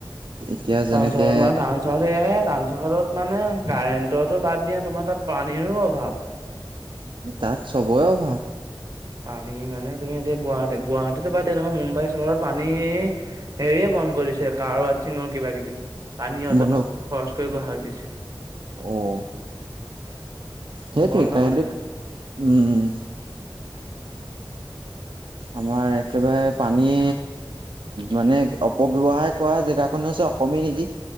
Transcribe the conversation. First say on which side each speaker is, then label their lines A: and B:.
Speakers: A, on the right; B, on the right.
A: এতিয়া যেনেকে
B: টাউন চহৰত মানে টাউন চহৰত। সেয়াহে টাউন চহৰত মানে কাৰেণ্টতো বাদ দিয়া তোমাৰ তাত পানীৰো অভাৱ।
A: তাত চবৰে অভাৱ।
B: পানী মানে তুমি এতিয়া গুৱাহাটী, গুৱাহাটীতো বাদ দিয়া তোমাৰ মুম্বাই চহৰত পানী হেৰিয়ে বন্ধ কৰি দিছে। কাৰ ৱচিঙৰ কিবা-কিবি, পানী অযথা
A: বন্ধ
B: খৰচ কৰিব শাক দিছে।
A: অ'। সেইটোৱে
B: বন্ধ
A: কাৰেণ্টটো,
B: মানে সেইবোৰ
A: উম'। আমাৰ একেবাৰে পানী মানে অপব্যৱহাৰ কৰা জেগাকনে হৈছে অসমেই নেকি।